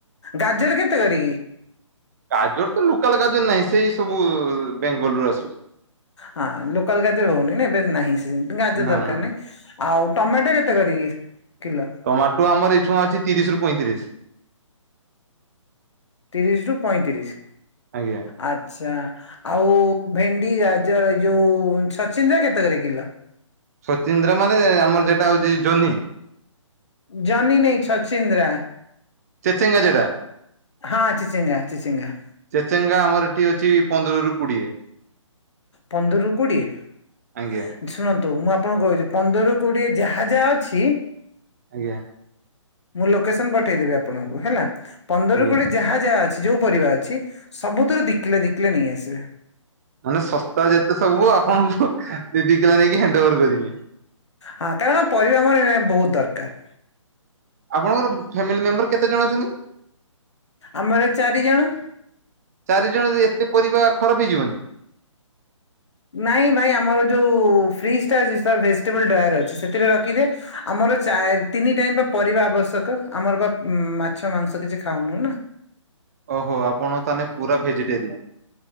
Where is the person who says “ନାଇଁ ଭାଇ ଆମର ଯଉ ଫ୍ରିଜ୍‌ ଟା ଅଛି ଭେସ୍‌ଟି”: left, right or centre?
Left